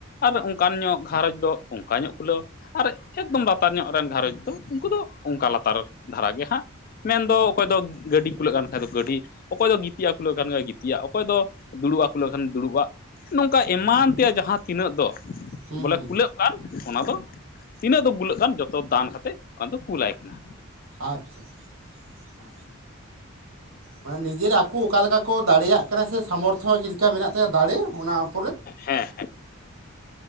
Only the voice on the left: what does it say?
ᱟᱨ ᱚᱱᱠᱟᱱ ᱧᱚᱜ ᱜᱷᱟᱨᱚᱸᱡᱽ ᱫᱚ ᱚᱱᱠᱟ ᱧᱚᱜ ᱠᱷᱩᱞᱟᱹᱣ᱾ ᱟᱨ ᱮᱠᱫᱚᱢ ᱞᱟᱛᱟᱨ ᱧᱚᱜ ᱨᱮᱱ ᱜᱷᱟᱨᱚᱸᱡᱽ ᱫᱚ ᱩᱱᱠᱩ ᱫᱚ ᱚᱱᱠᱟ ᱞᱟᱛᱟᱨ ᱫᱷᱟᱨᱟ ᱜᱮ ᱦᱟᱸᱜ᱾ ᱢᱮᱱᱫᱚ ᱚᱠᱚᱭ ᱫᱚ ᱜᱟᱹᱰᱤ ᱠᱩᱞᱟᱹᱜ ᱠᱟᱱ ᱠᱷᱟᱡ ᱫᱚ ᱜᱟᱹᱰᱤ ᱚᱠᱚᱭ ᱫᱚ ᱜᱤᱛᱤᱡᱟᱜ ᱠᱩᱞᱟᱹᱜ ᱠᱟᱱ ᱠᱷᱟᱡ ᱜᱤᱛᱤᱡᱼᱟ᱾ ᱚᱠᱚᱭ ᱫᱚ ᱫᱩᱲᱩᱵ ᱟᱠᱚ ᱞᱮᱠᱷᱟᱱ ᱫᱩᱲᱩᱵᱼᱟ᱾ ᱱᱚᱝᱠᱟ ᱮᱢᱟᱱ ᱛᱮᱭᱟᱜ ᱡᱟᱦᱟᱸ ᱛᱤᱱᱟᱹᱜ ᱫᱚ
ᱵᱚᱞᱮ
ᱠᱩᱞᱟᱹᱜ ᱠᱟᱱ ᱚᱱᱟ ᱫᱚ᱾ ᱛᱤᱱᱟᱹᱜ ᱫᱚ ᱜᱩᱞᱟᱹᱜ ᱠᱟᱱ ᱡᱚᱛᱚ ᱫᱟᱱ ᱠᱟ ᱠᱟᱛᱮᱫ ᱚᱱᱟ ᱫᱚ ᱠᱩᱞᱟᱭ ᱠᱟᱱᱟ᱾
ᱦᱮᱸ